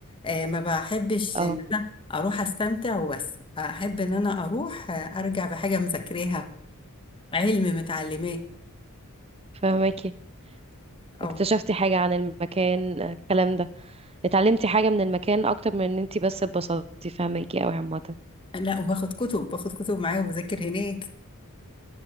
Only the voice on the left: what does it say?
آه، ما بحبش
ان انا اروح استمتع وبس احب ان انا اروح آه، ارجع بحاجه مذاكراها علم متعلماه
او
لا وباخد كتب باخد كتب معايا وبذاكر هناك